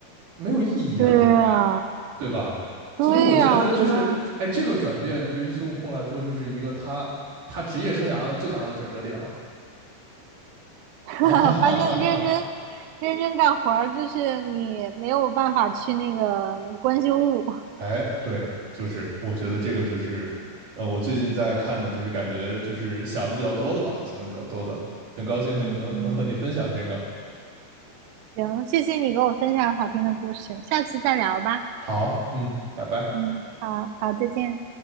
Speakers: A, on the right; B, on the right.
A: 没有意义啊，
B: 对啊，
A: 对不对？对吧？
B: 对呀，
A: 所以我觉得就是，
B: 我觉得
A: 哎，这个转变对于孙悟空来说，就是一个他他职业生涯的最大的转折点了
B: <laughs>
A: 啊！<laughs>
B: 发现认真
A: 哈哈哈，
B: 认真干活儿，就是你没有办法去那个关心物。
A: 哎，对，就是我觉得这个就是，呃，我最近在看的，就是感觉就是想的比较多的吧，想的比较多的，很高兴和你能很和你分享这个。
B: 嗯，行，谢谢你给我分享好听的故事，下次再聊吧。
A: 好，嗯，拜拜。
B: 嗯，好好，再见。